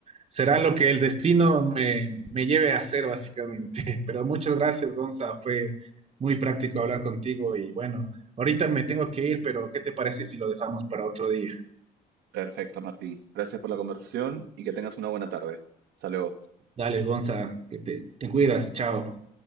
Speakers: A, on the right; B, on the right.
A: será lo que el destino me, me lleve a hacer básicamente. <laughs> Pero muchas gracias, Gonza, fue muy práctico hablar contigo y bueno, ahorita me tengo que ir, pero ¿qué te parece si lo dejamos para otro día?
B: Perfecto, Martín. Gracias por la conversación y que tengas una buena tarde. Hasta luego.
A: Dale, Gonza, que te, te cuidas, chao.